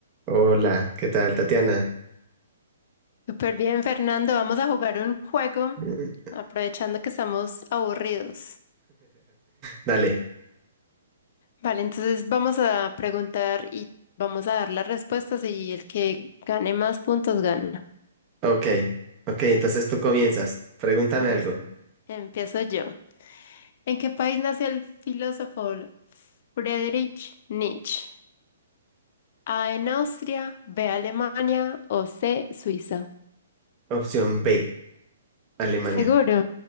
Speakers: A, on the right; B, on the left.
A: Hola, ¿qué tal, Tatiana?
B: Súper bien, Fernando. Vamos a jugar un juego,
A: <laughs>
B: aprovechando que estamos aburridos.
A: Dale,
B: Vale, entonces vamos a preguntar y vamos a dar las respuestas y el que gane más puntos gana.
A: ok, ok, entonces tú comienzas. Pregúntame
B: Listo.
A: algo.
B: Empiezo yo. ¿En qué país nació el filósofo Friedrich Nietzsche? A en Austria, B Alemania o C Suiza.
A: Opción B, Alemania.
B: Seguro,